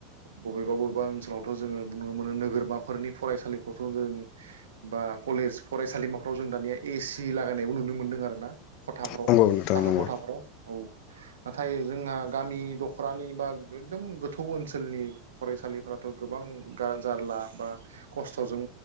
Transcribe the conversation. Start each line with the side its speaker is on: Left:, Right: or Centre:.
Right: बबेबा बबेबा ओनसोलावथ' जोङो बुं नुनो मोनो नोगोरमाफोरनि फरायसालिफ्रावथ' जों बा कलेज फरायसालिमाफ्राव जों दानिया एसि लागायनायबो नुनो मोनदों आर थाखो
Left: नंगौ नोंथां नंगौ
Right: खथाफोराव औ नाथाय जोंहा गामि दखरानि बा एकदम गोथौ ओनसोलनि फरायसालिफ्राथ' गोबां जारला बा खस्थ'जों